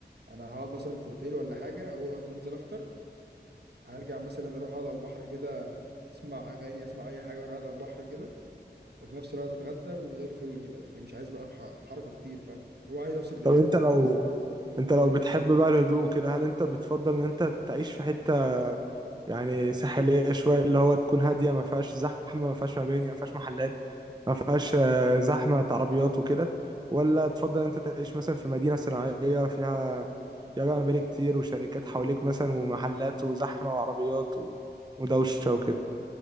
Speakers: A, on the right; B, on the right.
A: انا هقعد مثلا في اوتيل ولا حاجه هو هننزل افطر هرجع مثلا اروح اقعد على البحر كده اسمع اغاني اسمع اي حاجه وانا قاعد على البحر كده وفي نفس الوقت اتغدى وزي الفل كده لكن مش عايز بقى ح- حركه كتير فاهم هو عايز افصل دماغي
B: طب أنت لو أنت لو بتحب بقى الهدوء كده هل أنت بتفضل إن أنت تعيش في حتة يعني ساحلية شوية اللي هو تكون هادية ما فيهاش زحمة ما فيهاش مباني ما فيهاش محلات ما فيهاش آه، زحمة عربيات وكده ولا تفضل انت تعيش مثلا في مدينة صناعية فيها فيها بقى مباني كتير وشركات حواليك مثلا ومحلات وزحمة وعربيات و... ودوشة وكده